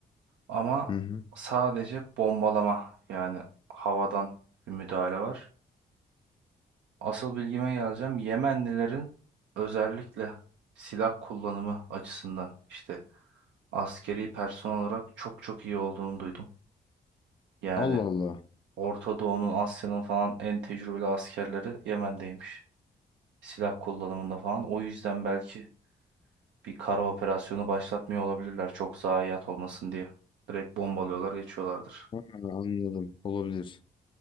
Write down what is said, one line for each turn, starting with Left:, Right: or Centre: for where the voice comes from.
Right: Ama
Left: Hı hı.
Right: sadece bombalama yani havadan bir müdahale var. Asıl bilgime geleceğim. Yemenlilerin özellikle silah kullanımı açısından işte askeri personel olarak çok çok iyi olduğunu duydum. Yani
Left: Allah Allah.
Right: Orta Doğu'nun, Asya'nın falan en tecrübeli askerleri Yemen'deymiş. Silah kullanımında falan. O yüzden belki bir kara operasyonu başlatmıyor olabilirler. Çok zayiat olmasın diye. Direkt bombalıyorlar, geçiyorlardır.
Left: Ha, anladım. Olabilir.